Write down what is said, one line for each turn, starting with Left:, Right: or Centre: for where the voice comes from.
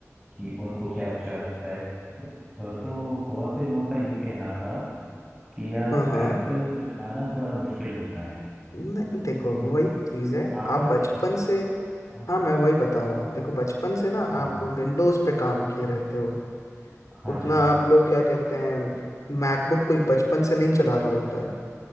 Centre: कि उनको क्या अच्छा लगता है तो अ, तो बहुत से लोगों का ये कहना था कि यार
Left: हाँ हाँ
Centre: एप्पल को चलाना थोड़ा मुश्किल होता है
Left: नहीं देखो वही चीज़ है
Centre: आपका
Left: आप बचपन
Centre: क्या
Left: से
Centre: हाँ
Left: हाँ मैं वही बता रहा हूँ देखो बचपन से ना
Centre: हाँ
Left: आप विंडोज़ पे काम किए रहते हो
Centre: हाँ
Left: उतना
Centre: जी हाँ
Left: आप
Centre: जी
Left: लोग क्या कहते हैं मैकबुक कोई बचपन से नहीं चला रहा होता है